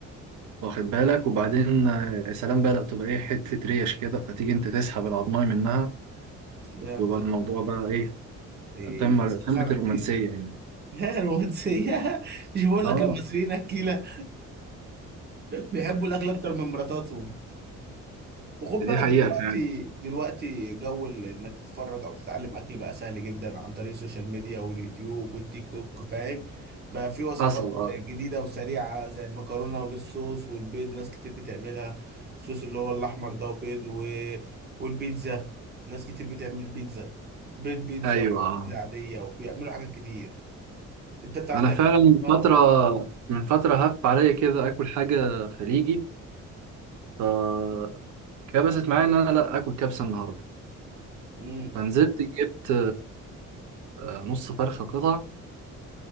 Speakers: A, on the right; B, on the right.
A: واخد بالك وبعدين آه، يا سلام بقى لو بتبقى ايه حته ريش كده فتيجي انت تسحب العضمايه منها
B: لا
A: يبقى
B: بت-
A: الموضوع بقى ايه
B: إيه،
A: قمة
B: بتتخانق
A: قمة الرومانسية
B: كده
A: يعني
B: <laughs> الرومانسية مش بقول
A: اه
B: لك المصريين اكيلة بيحبوا الاكل اكتر من مراتاتهم وخد
A: دي
B: بالك
A: حقيقة
B: دلوقتي
A: فعلا
B: دلوقتي جو ال- انك تتفرج او تتعلم اكل بقى سهل جدا عن طريق السوشيال ميديا واليوتيوب والتيك توك فاهم بقى في وصفات
A: حصل اه
B: جديده وسريعه زي المكرونه بالصوص والبيض ناس كتير بتعملها الصوص اللي هو الاحمر ده وبيض و... والبيتزا ناس كتير بتعمل بيتزا بيض بيتزا
A: ايوه
B: وبيتزا
A: اه
B: عاديه وبيعملوا حاجات كتير انت بتعرف
A: انا
B: تعمل
A: فعلا
B: أكل
A: من
B: بقى
A: فترة
B: ولا؟
A: من فترة هف عليا كده اكل حاجة خليجي فكبست معايا ان انا لا اكل كبسة النهاردة
B: امم
A: فنزلت جبت آه، نص فرخة قطع